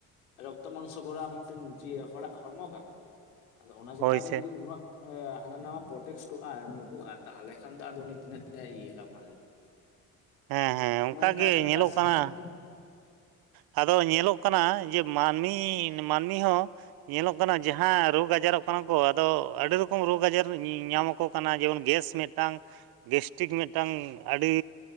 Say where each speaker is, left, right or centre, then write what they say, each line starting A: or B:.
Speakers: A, on the left; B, on the right.
A: ᱨᱚᱠᱛᱚ ᱢᱟᱝᱥᱚ ᱜᱚᱲᱟ ᱢᱤᱫᱴᱮᱱ ᱡᱮ ᱦᱚᱲᱟᱜ ᱦᱚᱲᱢᱚ ᱠᱟᱱᱟ ᱟᱫᱚ ᱚᱱᱟ ᱪᱮᱛᱟᱱ
B: ᱦᱳᱭ
A: ᱨᱮ
B: ᱥᱮ
A: ᱡᱩᱫᱤ ᱱᱩᱱᱟᱹᱜ, ᱦᱟᱱᱟ ᱱᱟᱣᱟ ᱯᱨᱚᱴᱮᱥᱴᱚᱜᱼᱟ ᱧᱩᱨᱦᱩᱜᱼᱟ ᱛᱟᱦᱚᱞᱮ ᱠᱷᱟᱱ ᱫᱚ ᱟᱫᱚ ᱩᱱᱤ ᱛᱤᱱᱟᱹᱜ ᱫᱤᱱ ᱮᱸ ᱤᱭᱟᱹᱜᱼᱟ ᱢᱟ ᱞᱟᱹᱭ ᱵᱤᱱ᱾
B: ᱦᱮᱸ ᱦᱮᱸ ᱚᱱᱠᱟ
A: ᱚᱱᱮ
B: ᱜᱮ
A: ᱪᱟᱥ
B: ᱧᱮᱞᱚᱜ ᱠᱟᱱᱟ᱾
A: ᱨᱮᱱᱟᱜ
B: ᱟᱫᱚ ᱧᱮᱞᱚᱜ ᱠᱟᱱᱟ ᱡᱮᱹ ᱢᱟᱹᱱᱢᱤ᱾ ᱢᱟᱹᱱᱢᱤ ᱦᱚᱸ ᱧᱮᱞᱚᱜ ᱠᱟᱱᱟ ᱡᱟᱦᱟᱸ ᱨᱳᱜᱽ ᱟᱡᱟᱨᱚᱜ ᱠᱟᱱᱟ ᱠᱚ ᱟᱫᱚ ᱟᱹᱰᱤ ᱨᱚᱠᱚᱢ᱾ ᱨᱚᱠᱚᱢ ᱨᱳᱜᱽ ᱟᱡᱟᱨ ᱧᱟᱢ ᱟᱠᱚ ᱠᱟᱱᱟ ᱡᱮᱢᱚᱱ ᱜᱮᱥ ᱢᱤᱫᱴᱟᱝ ᱜᱮᱥᱴᱤᱠ ᱢᱤᱫᱴᱟᱝ᱾ ᱟᱹᱰᱤ